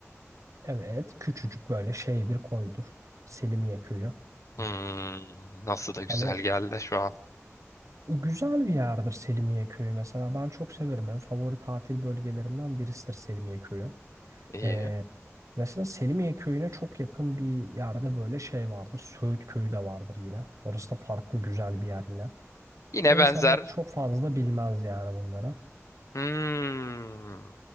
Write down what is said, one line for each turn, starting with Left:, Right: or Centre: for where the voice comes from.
Right: Evet küçücük böyle şey bir koydur. Selimiye köyü.
Left: Hmm, nasıl da güzel
Right: Hani
Left: geldi şu an.
Right: Güzel bir yerdir Selimiye Köyü mesela. Ben çok severim. En favori tatil bölgelerimden birisidir Selimiye Köyü.
Left: İyi.
Right: Ee, mesela Selimiye Köyü'ne çok yakın bir yerde böyle şey vardır. Söğüt Köyü de vardır yine. Orası da farklı güzel bir yer yine.
Left: Yine
Right: Ve insanlar
Left: benzer.
Right: çok fazla bilmez yani bunları.
Left: Hmm.